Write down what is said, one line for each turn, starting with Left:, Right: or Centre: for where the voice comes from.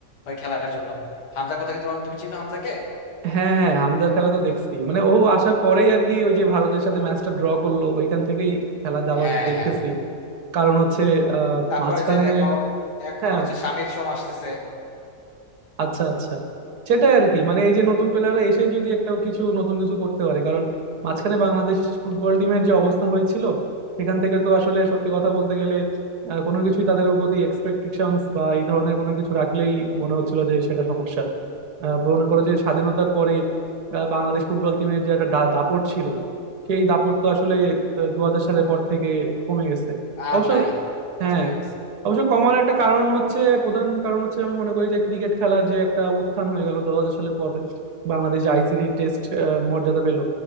Left: ওই খেলার জন্য হামজার কথা কি তোমার তুমি চিনো হামজাকে
Right: হ্যাঁ হ্যাঁ হামজার খেলা তো দেখছি মানে ও আসার পরেই আর কি ওই যে ভারতের সাথে ম্যাচটা ড্র করলো ওইখান থেকেই খেলা দাবার
Left: হ্যাঁ
Right: একটু দেখতেছি
Left: হ্যাঁ
Right: কারণ হচ্ছে আহ
Left: তারপরে
Right: মাঝখানে
Left: যে দেখো এখন
Right: হ্যাঁ
Left: হচ্ছে শামির সোম আসতেছে
Right: আচ্ছা আচ্ছা সেটাই আর কি মানে এই যে নতুন প্লেয়াররা এসে যদি একটা কিছু নতুন কিছু করতে পারে কারণ মাঝখানে বাংলাদেশ ফুটবল টিমের যে অবস্থা হয়েছিল সেখান থেকে তো আসলে সত্যি কথা বলতে গেলে আহ, কোনো কিছুই তাদের প্রতি এক্সপেকটেশনস বা এই ধরনের কোনো কিছু রাখলেই মনে হচ্ছিল যে সেটা সমস্যা আহ, মনে করো যে স্বাধীনতার পরে আহ, বাংলাদেশ ফুটবল টিমের যে একটা দা- দাপট ছিল সেই দাপট তো আসলে দু হাজার সালের পর থেকে কমে গেছে
Left: আর
Right: অবশ্য
Left: নাই নষ্ট
Right: হ্যাঁ
Left: হয়ে গেছে
Right: অবশ্য কমার একটা কারণ হচ্ছে প্রধান কারণ হচ্ছে আমি মনে করি যে ক্রিকেট খেলার যে একটা উত্থান হয়ে গেল দু হাজার সালের পরে বাংলাদেশ আইসিসি টেস্ট মর্যাদা পেল